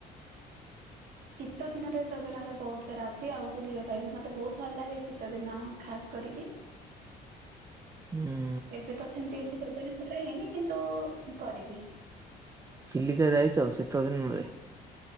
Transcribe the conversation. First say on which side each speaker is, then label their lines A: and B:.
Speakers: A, on the right (about 60°); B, on the right (about 20°).
A: ଶୀତ ଦିନରେ ଯୋଜନା ତ ବହୁତ ସାରା ଅଛି ।ଆଉ ବୁଲିବା ପାଇଁ ମତେ ବହୁତ ଭଲ ଲାଗେ ।ଶୀତ ଦିନ ଖାସ୍ କରିକି
B: ହୁଁ।
A: ଏବେ ତ ସେମିତି କିଛି ଯୋଜନା କରାହଇନି କିନ୍ତୁ କରିବି।
B: ଚିଲିକା ଯାଇଛ ଶୀତ ଦିନରେ?